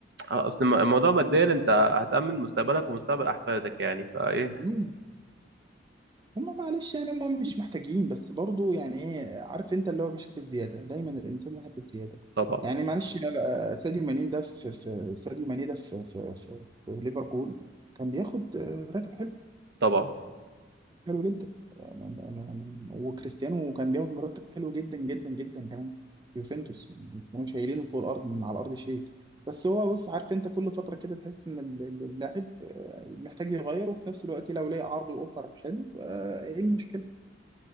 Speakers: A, on the right; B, on the right.
A: آه، اصل الم- الموضوع ماديا انت هتأمن مستقبلك ومستقبل احفادك يعني فايه
B: مم. هم معلش يعني هم مش محتاجين بس برضه يعني ايه عارف انت اللي هو بيحب الزياده دايما الانسان يحب الزياده
A: طبعا
B: يعني معلش آه، آه، ساديو ماني ده في في ساديو ماني ده في في في, في ليفربول كان بياخد آه، راتب حلو
A: طبعا
B: حلو جدا أنا أنا أنا وكريستيانو كان بياخد مرتب حلو جدا جدا جدا كمان في يوفنتوس يعني كانوا شايلينه فوق الارض من على الارض شيل بس هو بص عارف انت كل فتره كده تحس ان ال- ال- اللاعب آه، محتاج يغير وفي نفس الوقت لو لقى عرض واوفر حلو آه، ايه المشكله؟